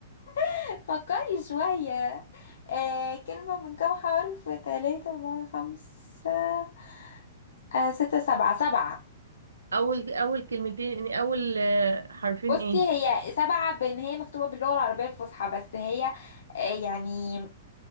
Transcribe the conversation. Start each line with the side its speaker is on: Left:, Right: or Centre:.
Left: <laughs> فكري شوية آه كلمة من كام حرف تلاتة أربعة خمسة آه ستة سبعة سبعة
Right: أول أول كلمتين يعني أول آه، حرفين
Left: بصي
Right: إيه
Left: هي سبعة بإن هي مكتوبة باللغة العربية الفصحى بس هي آه يعني